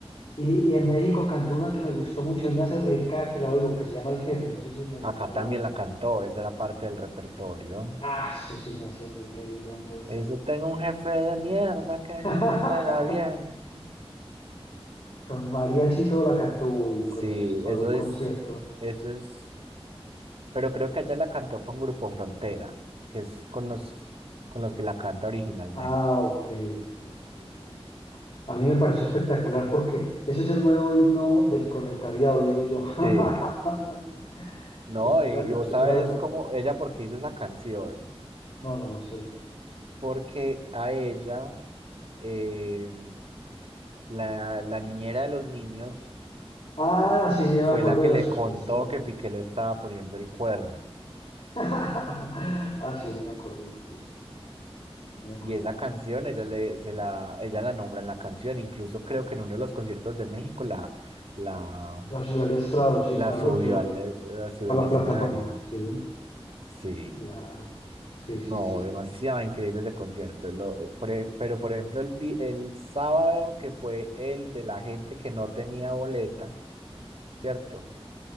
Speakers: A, on the left (about 65°); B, on the right (about 70°).
A: Y, y en México cantó una que me gustó mucho y me hace reír cada que la oigo, que se llama El Jefe. No sé si en Medellín
B: Acá
A: la habrá.
B: también la cantó, esa era parte del repertorio.
A: Ah, eso sí me hacía a mí reír, hombre, esa
B: Dice,
A: del jefe.
B: tengo un jefe de mierda que
A: <laughs>
B: no me paga bien.
A: Con mariachi y todo la cantó, uy,
B: Sí,
A: con eso se pagó
B: eso
A: el concierto.
B: es, eso es, pero creo que ella la cantó con Grupo Frontera, que es con los, con los que la canta originalmente.
A: Ah, ok, ok, sí, sí, sí. A mí me pareció espectacular porque ese es el nuevo himno del proletariado, digo yo. <laughs>
B: Sí, no,
A: Supera,
B: y, y vos
A: supera
B: sabes
A: la forma.
B: cómo ella, por qué hizo esa canción,
A: No, no, no sé.
B: porque a ella, eh, la, la niñera de los niños,
A: Ah, sí, sí, ya
B: fue
A: me acordé
B: la que
A: de la
B: le
A: Soledad
B: contó
A: Estrada.
B: que Piqué le estaba poniendo el cuerno.
A: <laughs> Ah, sí, sí, me acordé, sí, sí, ya me acordé.
B: Y esa canción, ella, le, se la, ella la nombra en la canción, incluso creo que en uno de los conciertos de México la la,
A: La ciudad del estrado, sí, claro,
B: La subió
A: la ciudad de la
B: al,
A: pla-
B: e, la subió
A: a la
B: al
A: plataforma,
B: escenario.
A: sí,
B: Sí,
A: claro, sí, sí,
B: no,
A: sí.
B: demasiado increíble ese concierto. Lo, por e- pero, por ejemplo, el, vi- el sábado que fue el de la gente que no tenía boleta, ¿cierto? O